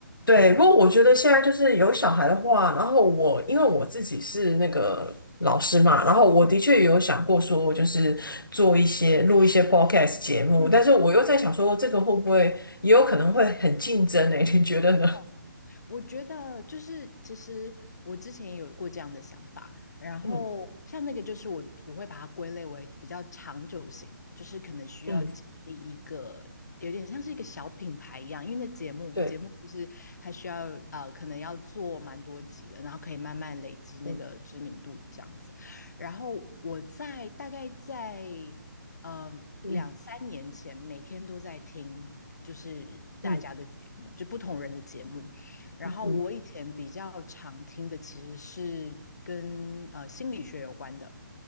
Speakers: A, on the left; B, on the left.
A: 对，不过我觉得现在就是有小孩的话，然后我因为我自己是那个老师嘛，然后我的确有想过说，
B: 嗯
A: 就是做一些录一些 podcast 节目，
B: 嗯，
A: 但是我又在想说，这个会不会也有可能会很竞争呢、<laughs> 你觉得呢？
B: 哦我觉得就是，其实我之前也有过这样的想法，然后像那个就是我我会把它归类为比较长久型的，
A: 嗯
B: 就是可能需要建立一个有点像是一个小品牌一样，
A: 嗯，
B: 因为那节目节目就是还需要呃可能要做蛮多集的，
A: 对
B: 然后可以慢慢累积那个知名度这样子。
A: 对，
B: 然后我在大概在呃两三年前，
A: 嗯
B: 每天都在听就是大家的节目，
A: 嗯
B: 就不同人的节目。然后我以前比较常听的其实是跟呃心理学有关的，
A: 嗯嗯，